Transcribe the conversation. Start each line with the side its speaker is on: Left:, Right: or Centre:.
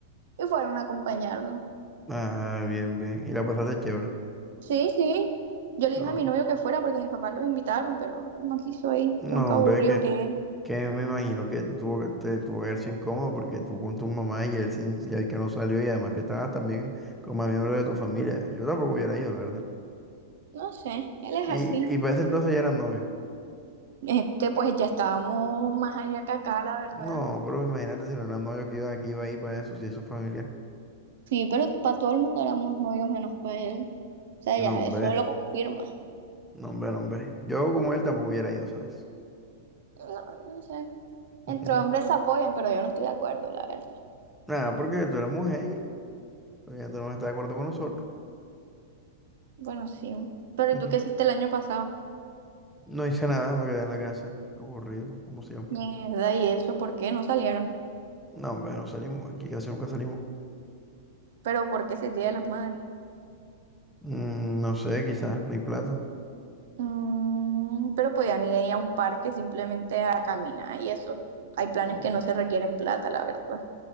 Right: y fueron a acompañarnos.
Centre: Ah, bien, bien. ¿Y la pasaste chévere?
Right: Sí, sí. Yo le
Centre: Ah,
Right: dije a mi novio que fuera porque mis papás lo invitaron, pero no quiso ir.
Centre: No,
Right: Tronco
Centre: hombre,
Right: aburrido
Centre: que
Right: que es.
Centre: Que me imagino que tuvo, que- te tuvo que haber sido incómodo porque tú con tu mamá y él, sin, y el que no salió y además que estabas también con más miembros de tu familia. Yo tampoco hubiera ido, la verdad.
Right: No sé, él es
Centre: Y,
Right: así.
Centre: y para ese entonces ya eran novios.
Right: Este, pues ya estábamos más allá que acá, la verdad.
Centre: No, pero imagínate si no eran novios que iba, que iba ahí para eso, si es su familia.
Right: Sí, pero para todo el mundo éramos novios menos para él. O sea,
Centre: No,
Right: ya
Centre: hombre,
Right: eso lo confirma.
Centre: no, hombre, no, hombre. Yo como él tampoco hubiera ido, ¿sabes?
Right: No, yo no sé.
Centre: <laughs>
Right: Entre hombres se apoyan, pero yo no estoy de acuerdo, la verdad.
Centre: Nada, porque tú eres mujer y obviamente no estás de acuerdo con nosotros.
Right: Bueno, sí. Pero
Centre: <laughs>
Right: ¿y tú qué hiciste el año pasado?
Centre: No hice nada, me quedé en la casa, aburrido, como siempre.
Right: Mierda, ¿y eso por qué no salieron?
Centre: No, hombre, no salimos, aquí casi nunca salimos.
Right: Pero ¿por qué ese Día de las Madres?
Centre: Mm, no sé, quizás no hay plata.
Right: Mm, pero podían ir ahí a un parque simplemente a caminar y eso. Hay planes
Centre: Mm,
Right: que no se requieren plata, la verdad.